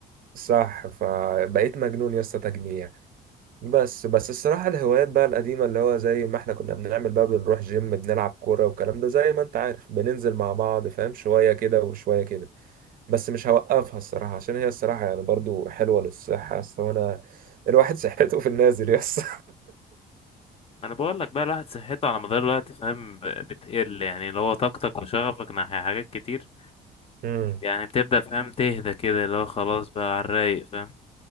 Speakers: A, on the right; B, on the left.
A: صح فبقيت مجنون يا اسطى تجميع بس بس الصراحة الهوايات بقى القديمة اللي هو زي ما احنا كنا بنعمل بقى بنروح جيم بنلعب كورة والكلام ده زي ما انت عارف بننزل مع بعض فاهم شوية كده وشوية كده بس مش هوقفها الصراحة عشان هي الصراحة يعني برضو حلوة للصحة أصل وأنا الواحد <laughs> صحته في النازل يس
B: انا بقول لك بقى الواحد صحته على مدار الوقت فاهم ب- بتقل يعني اللي هو طاقتك وشغفك ناحية حاجات كتير
A: <laughs> امم
B: يعني بتبدأ فاهم تهدى كده اللي هو خلاص بقى على الرايق فاهم